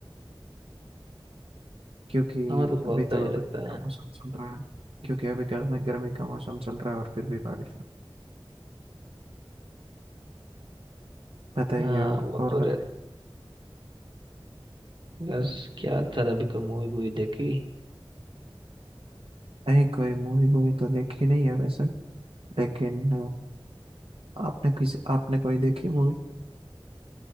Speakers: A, on the right; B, on the right.
A: क्योंकि
B: हाँ मतलब
A: अभी
B: होता
A: तो
B: ही रहता
A: गर्मी का
B: है
A: मौसम चल रहा है क्योंकि अभी गर्मी गर्मी का मौसम चल रहा है और फिर भी बारिश हो रही है बताइए
B: हाँ
A: आप
B: वो
A: और
B: तो रहता
A: बताइए
B: बस क्या चल अभी कोई मूवी वूवी देखी
A: नहीं कोई मूवी वूवी तो देखी नहीं है वैसे लेकिन आपने किसी आपने कोई देखी मूवी